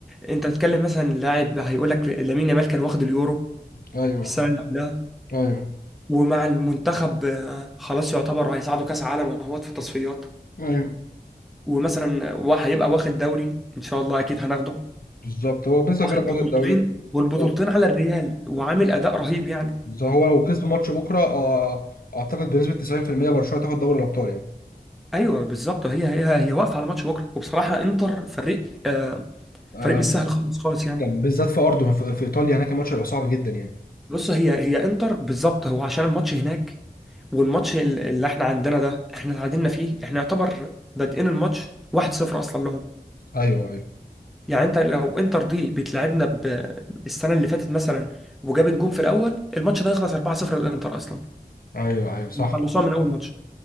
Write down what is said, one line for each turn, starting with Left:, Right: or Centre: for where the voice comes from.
Centre: انت بتتكلم مثلا لاعب هيقول لك لامين يامال كان واخد اليورو
Left: ايوه
Centre: السنه اللي قبلها
Left: ايوه
Centre: ومع المنتخب آه، خلاص يعتبر هيصعدوا كاس عالم اهوت في التصفيات
Left: ايوه
Centre: ومثلا هو هيبقى واخد دوري ان شاء الله اكيد هناخده
Left: بالظبط هو بنسبة
Centre: واخد
Left: كبيرة خد
Centre: بطولتين
Left: الدوري
Centre: والبطولتين
Left: هو
Centre: على الريال وعامل اداء رهيب يعني
Left: هو لو كسب ماتش بكرة آه، اعتقد بنسبة 90% برشلونة تاخد دوري الابطال يعني
Centre: ايوه بالظبط هي هي هي واقفه على ماتش بكره وبصراحه انتر فريق آه
Left: آه،
Centre: فريق مش سهل خالص خالص
Left: جدا
Centre: يعني
Left: بالذات في ارضه في في ايطاليا هناك الماتش هيبقى صعب جدا يعني
Centre: بص هي هي انتر بالظبط هو عشان الماتش هناك والماتش ال- اللي احنا عندنا ده احنا اتعادلنا فيه احنا يعتبر بادئين الماتش 1-0 اصلا لهم
Left: ايوه ايوه
Centre: يعني انت لو انتر دي بتلعبنا ب- السنه اللي فاتت مثلا وجابت جون في الاول الماتش ده يخلص 4-0 للانتر اصلا
Left: ايوه ايوه صح
Centre: خلصوها من اول ماتش